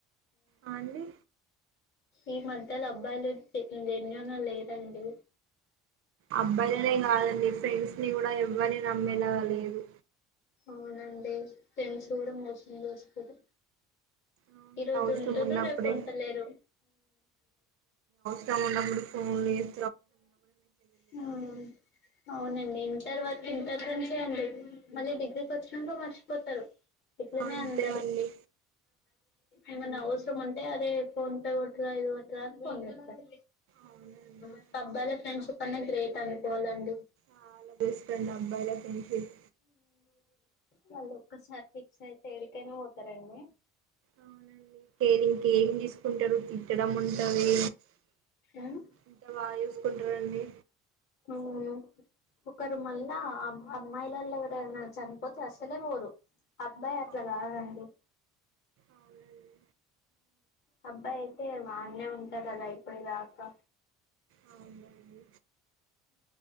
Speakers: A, on the right (about 45°); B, on the left (about 35°).
A: ఆ అండి
B: ఈ మధ్యలో అబ్బాయిలు జెన్యూన్ లేరండి
A: అబ్బాయిలనే కాదండి ఫ్రెండ్స్ ని కూడా ఎవ్వరిని నమ్మేలాగా లేదు
B: అవునండి ఫ్రెండ్స్ కూడా మోసం చేస్తరు
A: అవునండి,
B: ఈ రోజు
A: అవసరం
B: ఉంటరు
A: ఉన్నప్పుడే
B: రేపు ఉంటలేరు
A: తను ఉన్నప్పుడు ఫోన్ లేదు
B: హ్మ్ అవునండి తర్వాత ఇంటర్ ఫ్రెండ్స్ ఏ అండి మళ్ళీ డిగ్రీకి వచ్చినంక మర్చిపోతారు ఇట్లనే
A: అంతే
B: అందరు
A: అండి
B: ఏమైనా అవసరం ఉంటే అదే ఫోన్ పే కొట్టురా ఇది కొ
A: అవునండి
B: <inaudible> ఫ్రెండ్ షిప్ అనే గ్రేట్ అనుకోవాలండి
A: ఆ అలా బెస్ట్ ఫ్రెండ్ అబ్బాయిలే ఫ్రెండ్ షిప్
B: వాళ్ళు ఒక్కసారి ఫిక్స్ అయితే ఎక్కడికైనా పోతారండి
A: అవునండి కేరింగ్ కేరింగ్ తీసుకుంటారు పెట్టడం ఉంటాది
B: ఉమ్
A: ఇంకా బాగా చూసుకుంటారండి
B: అవును ఒకరు మళ్ళా అమ్మాయిలలో ఎవరైనా చనిపోతే అస్సలే పోరు అబ్బాయి అట్లా
A: అవునండి
B: కాదండి
A: అవునండి
B: అబ్బాయి అయితే ఆడనే ఉంటాడు కదా అయిపోయేదాకా
A: అవునండి